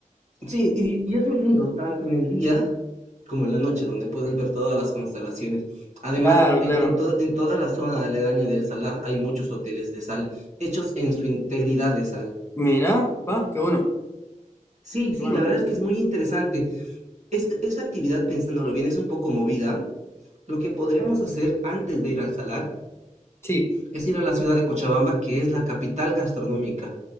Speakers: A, on the right; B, on the left.
A: Sí, y, y es muy lindo, tanto en el día como en la noche, donde puedes ver todas las constelaciones. Además,
B: Claro,
A: en,
B: claro.
A: en to- en toda la zona aledaña del salar hay muchos hoteles de sal, hechos en su integridad de sal.
B: Mirá, va, qué bueno.
A: Sí, sí,
B: qué bueno.
A: la verdad
B: qué bueno.
A: es que es muy interesante. Es, esta actividad, pensándolo bien, es un poco movida. Lo que podríamos hacer antes de ir al salar
B: Sí.
A: es ir a la ciudad de Cochabamba, que es la capital gastronómica.